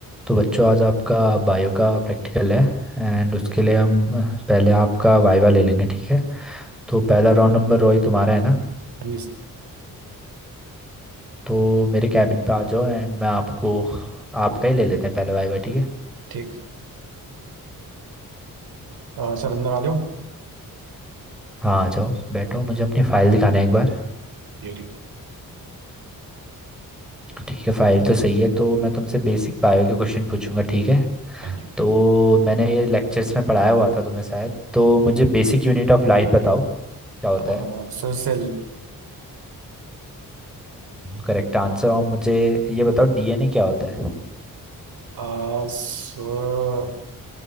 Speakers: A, in the centre; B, on the right.
A: तो बच्चों आज आपका बायो का प्रैक्टिकल है एंड उसके लिए हम पहले आपका वाइवा ले लेंगे ठीक है तो पहला राउंड नंबर रोई तुम्हारा है ना
B: हाँ जी सर,
A: तो मेरे कैबिन पे आ जाओ एंड मैं आपको आपका ही ले लेते हैं पहले वाइवा ठीक है
B: ठीक अ, सर अंदर आ जाओ
A: हाँ आ जाओ बैठो मुझे अपनी फाइल दिखाना है एक बार
B: ये ठीक है
A: ठीक है फाइल तो सही है तो मैं तुमसे बेसिक बायो के क्वेश्चन पूछूंगा ठीक है
B: हाँ जी
A: तो मैंने ये लेक्चर्स में पढ़ाया हुआ था तुम्हें शायद तो मुझे बेसिक यूनिट ऑफ लाइफ बताओ क्या होता
B: अ,
A: है
B: Sir cell
A: Correct answer और मुझे ये बताओ डीएनए क्या होता है
B: अ, Sir